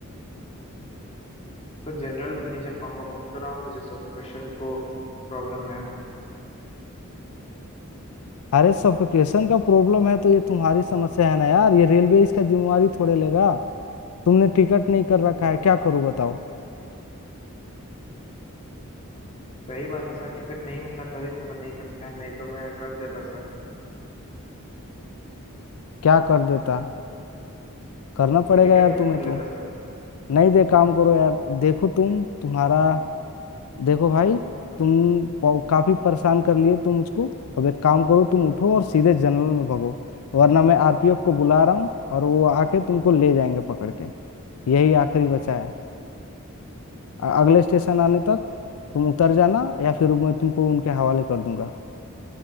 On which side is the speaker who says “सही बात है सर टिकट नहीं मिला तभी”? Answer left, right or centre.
Left